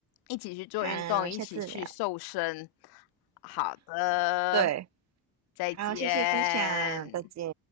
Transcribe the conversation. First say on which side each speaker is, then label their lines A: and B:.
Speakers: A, on the left; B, on the right.
A: 一起去做运动，
B: 好，
A: 一起去瘦身。
B: 下次聊。
A: 好的，
B: 对，
A: 再见。
B: 好，谢谢分享，再见。